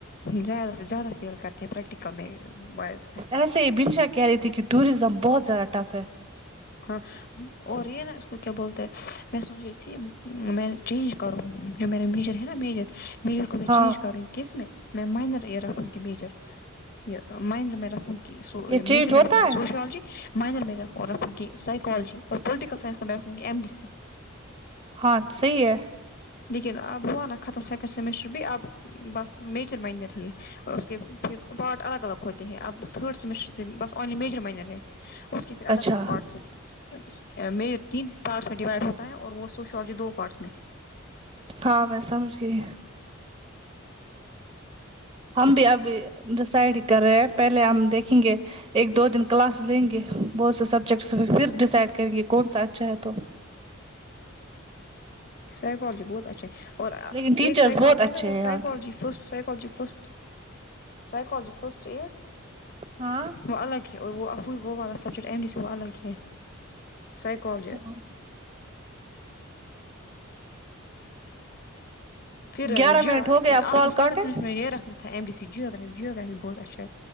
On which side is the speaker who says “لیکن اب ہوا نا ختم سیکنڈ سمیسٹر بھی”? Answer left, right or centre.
Left